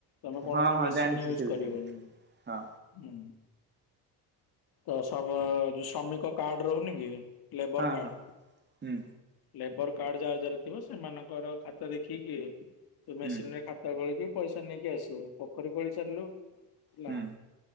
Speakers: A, on the left; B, on the right.
A: ତମେ କୌଣସି
B: ହଁ ହଁ
A: ମେସିନ
B: ଜାଣିଛି
A: ୟୁଜ
B: ସେ ବିଷୟରେ
A: କରିବନି
B: ହଁ
A: ହୁଁ। ତ ଯୋଉ ଶ୍ରମିକ କାର୍ଡ ରହୁନି କି ଲେବର
B: ହଁ
A: କାର୍ଡ।
B: ହଁ ହୁଁ
A: ଲେବର କାର୍ଡ ଯାହାର ଯାହାରଥିବ ସେମାନଙ୍କର ଖାତା ଦେଖିକି ତୁମେ ମେସିନରେ
B: ହୁଁ
A: ଖା ଗତ ଗୋଳିକି ପଇସା ନେଇକି ଆସିବୁ ପୋଖରୀ ଖୋଳି ଚାଲିଲୁ ହେଲା।
B: ହୁଁ